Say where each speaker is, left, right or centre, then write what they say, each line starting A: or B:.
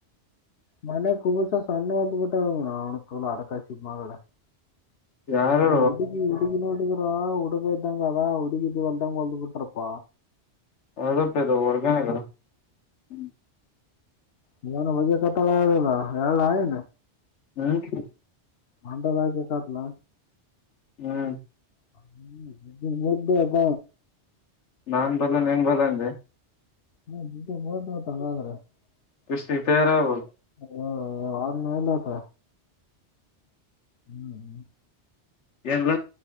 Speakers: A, on the left (about 60°); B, on the left (about 80°).
A: ಮನೆ ಕಬುಸ ಬಂದ ಬಿ <unintelligible> ಟ್ಟ ತ ಅ ಕಾಶಿಡೆ
B: ಯಾರು
A: ಹಾ ಹುಡುಗಿ ಹುಡುಗಿ ನೋಡಿ ಉಡುಗ ಇದ್ದಂಗಾ ಉಡುಗ ಇದ ಒಲದಂಗ ಒಲದು ಬಿಟರಪ್ಪ
B: ಅದಪ್ಪದು ಹಡ್ಗನೆ ಹ್ಮ್
A: ನಿವಾನ ಬಗ್ಗೆ ಕತ್ತಳಲ್ಲ ಎರಲ್ಲ ಆಯನ್
B: ಹ್ಮ್
A: ಮಟ ಬಕ ಕತ್ಲ
B: ಹ್ಮ್
A: ಹ್ಮ್ ನಿ ಮುಂದು ಹಬ್ಬ
B: ನಾನ್ ಬಲ್ಲ ನೀನ್ ಬಲ್ಲ ಅಂದೆ
A: ಹ್ಮತ್ರ <unintelligible>
B: ಇಷ್ಟಿಗೆ ತಯಾರಾಗಬೋದು
A: ಲ್ಲತ ಹ್ಮ್ <unintelligible>
B: ಏಲ್ಲ